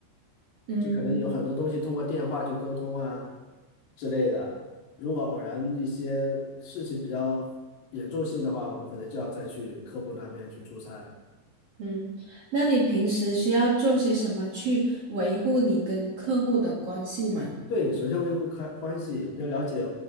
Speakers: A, on the right; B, on the left.
A: 嗯
B: 就可能有很多东西通过电话去沟通啊之类的。如果偶然一些事情比较严重性的话，我们可能就要再去客户那边去出差。
A: 嗯，那你平时需要做些什么去维护你跟客户的关系吗？
B: 对，首先维护开关系，你要了解